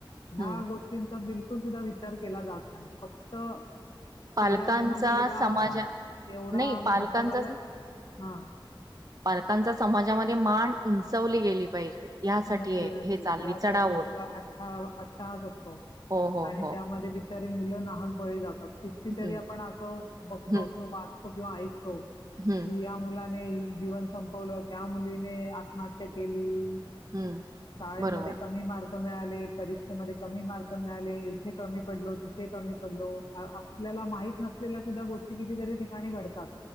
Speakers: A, on the left (about 60°); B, on the right (about 45°).
A: ह्या
B: हम्म
A: गोष्टींचा बिलकुल सुद्धा विचार केला जात नाही, फक्त
B: पालकांचा
A: शेजारच्याचा मुलगा
B: समाजा
A: एवढा
B: नाही
A: मोठा
B: पालकांचा
A: झालाय हा.
B: पालकांचा समाजामध्ये मांन उंचवली गेली पाहिजे. ह्यासाठी
A: नक्की
B: हे
A: नक्कीच
B: हे चालली
A: यासाठी
B: चढाओढ
A: सगळा अठा अठाहास असतो.
B: हो हो
A: आणि
B: हो
A: त्यामध्ये बि बिचारी मुलं नाहक बळी जातात, कितीतरी
B: हम्म
A: आपण असं बघतो
B: हम्म
A: किंवा वाचतो किंवा ऐक हो. कि
B: हम्म
A: या मुलाची जीवन संपवलं, त्या मुलीने आत्महत्या केली.
B: हम्म
A: शाळेमध्ये
B: बरोबर
A: कमी मार्क मिळाले परीक्षेमध्ये कमी मार्क मिळाले. इथे कमी पडलो, तिथे कमी पडलो, आपल्या ला माहीत नसलेल्या सुद्धा गोष्टी कितीतरी ठिकाणी घडतात.